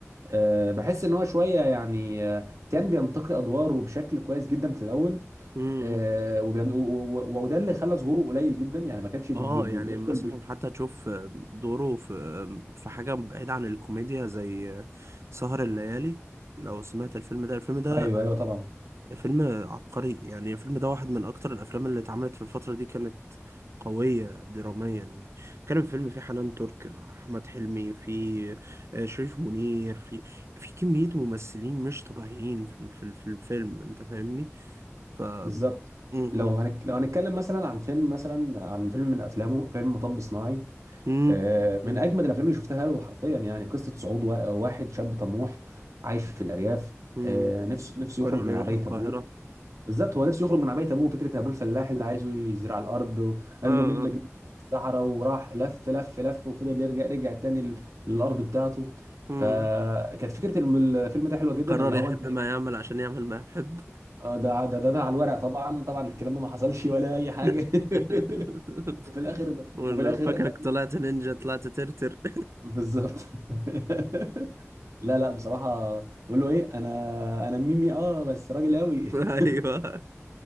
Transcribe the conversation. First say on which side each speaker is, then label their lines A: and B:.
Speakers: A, on the right; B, on the right.
A: آه، بحس ان هو شويه يعني آه، كان بينتقي ادواره بشكل كويس جدا في الاول
B: م-
A: آه، وبين- و- و- و- وده اللي خلى ظهوره قليل جدا يعني ما كانش
B: اه
A: بي بي بي-
B: يعني
A: بيدخل
B: مثلا
A: ب...
B: حتى تشوف دوره في في حاجة بعيدة عن الكوميديا زي سهر الليالي لو سمعت الفيلم ده الفيلم ده
A: ايوه ايوه طبعا
B: فيلم عبقري يعني الفيلم ده واحد من أكتر الأفلام اللي اتعملت في الفترة دي كانت قوية دراميا يعني كان الفيلم فيه حنان ترك أحمد حلمي فيه آه، شريف منير فيه في كمية ممثلين مش طبيعيين في ال- في ال- في الفيلم أنت فاهمني ف م-
A: بالظبط
B: م-
A: لو هنك... لو هنتكلم مثلا عن فيلم مثلا عن فيلم من افلامه فيلم مطب صناعي
B: م-
A: آه،
B: م-
A: من اجمد الافلام اللي شفتها له حرفيا يعني قصه صعود وا- واحد شاب طموح عايش في الارياف
B: م-
A: آه، نفسه نفسه
B: قرر
A: يخرج من
B: يروح
A: عبايه
B: القاهرة
A: ابوه بالظبط هو نفسه يخرج من عبايه ابوه فكره ابوه
B: <laughs>
A: الفلاح اللي عايزه يزرع الارض وقال
B: اه
A: له مين بجني
B: اه
A: الصحراء وراح لف لف لف وفضل يرجع رجع تاني ل- للارض بتاعته
B: مم.
A: فكانت فكره الم- الفيلم ده حلوه جدا
B: قرر
A: اللي
B: يحب
A: هو انت إيه؟
B: ما يعمل عشان يعمل ما يحب
A: آه، ده ده ده, ده على الورق طبعا طبعا الكلام ده ما حصلش ولا اي حاجه
B: <laughs>
A: <laughs> وفي الاخر
B: بقول
A: وفي
B: له
A: الاخر
B: فاكرك
A: ز-
B: طلعت نينجا طلعت ترتر <laughs>
A: بالظبط <laughs> لا لا بصراحه بقول له ايه انا انا ميمي اه بس راجل قوي
B: ايوه
A: <laughs>